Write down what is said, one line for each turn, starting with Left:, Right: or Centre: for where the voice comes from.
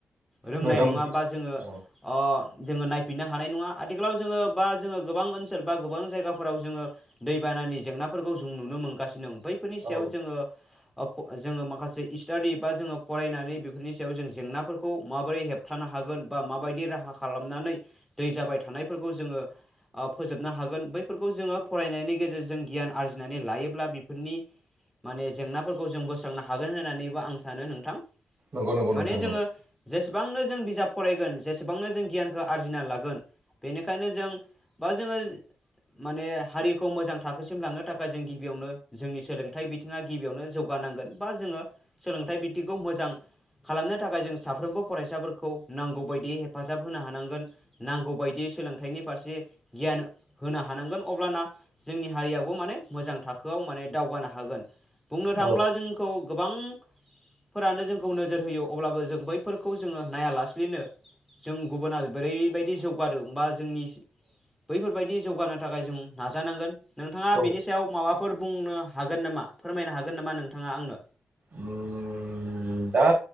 Centre: रोंनाय
Right: मोगा
Centre: नङा
Right: मोगि
Centre: बा जोङो अ
Right: औ
Centre: जोङो नायफिननो हानाय नङा आथिखालाव जोङो बा जोङो गोबां ओनसोल बा गोबां जायगाफोराव जोङो दैबानानि जेंनाफोरखौ जों नुनो मोनगासिनो दं बैफोरनि सायाव
Right: औ
Centre: जोङो ओ फ जोङो माखासे स्टाडि बा जोङो फरायनानै बेफोरनि सायाव जों जेंनाफोरखौ माबोरै हेबथानो हा हागोन बा माबायदि राहा खालामनानै दै जाबाय थानायफोरखौ जोङो ओ फोजोबनो हागोन बैफोरखौ जोङो फरायनायनि गेजेरजों गियान आरजिनानै लायोब्ला बेफोरनि माने जेंनाफोरखौ जों बोस्रांनो हागोन होननानैबो आं सानो नोंथां
Right: नंगौ नंगौ
Centre: माने
Right: नोंथां
Centre: जोङो
Right: नं
Centre: जेसेबांनो जों बिजाब फरायगोन जेसेबांनो जों गियानखौ आरजिना लागोन बेनिखायनो जों बा जोङो माने हारिखौ मोजां थाखोसिम लांनो थाखाय जों गिबियावनो जोंनि सोलोंथाइ बिथिङा गिबियावनो जौगानांगोन बा जोङो सोलोंथाइ बिथिंखौ मोजां खालामनो थाखाय जों साफ्रोमबो फरायसाफोरखौ नांगौ बायदि हेफाजाब होनो हानांगोन नांगौ बायदि सोलोंथाइनि फारसे गियान होनो हानांगोन अब्लाना जोंनि हारियाबो माने मोजां थाखो आव माने दावगानो हागोन बुंनो थाङोब्ला
Right: औ
Centre: जोंखौ गोबां फोरानो जोंखौ नोजोर होयो अब्लाबो जों बैफोरखौ जोङो नायालासेैनो जों गुबुना बोरैबायदि जौगादों बा जोंनि बैफोरबायदि जौगानो थाखाय जों नाजानांगोन। नोंथाङा
Right: औ
Centre: बेनि सायाव माबाफोर बुंनो हागोन नामा फोरमायनो हा गोन नामा नोंथाङा आंनो।
Right: उम दा